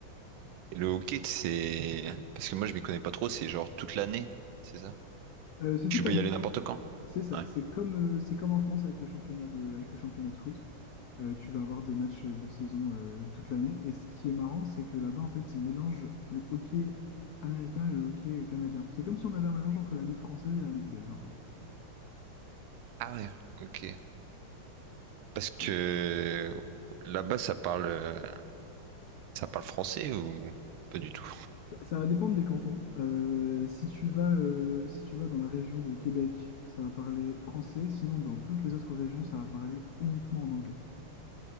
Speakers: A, on the right; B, on the left.
A: Le hockey, c'est. Parce que moi, je m'y connais pas trop, c'est genre toute l'année, c'est ça?
B: Euh, c'est
A: Tu
B: toute l'année.
A: peux y aller n'importe quand.
B: C'est ça.
A: Ouais.
B: C'est comme, euh, c'est comme en France avec le championnat de, avec le championnat de foot. Euh, tu vas avoir des matchs de saison euh, toute l'année. Et ce qui est marrant, c'est que là-bas, en fait, ils mélangent le hockey américain et le hockey euh, canadien. C'est comme si on avait un mélange entre la Ligue française et la Ligue belge, en fait.
A: Ah ouais, ok. Parce que
B: Et
A: là-bas, ça parle euh, ça parle français ou pas du tout?
B: Ça, ça va dépendre des cantons. Euh, si tu vas, euh, si tu vas dans la région de Québec, ça va parler français. Sinon, dans toutes les autres régions, ça va parler uniquement en anglais.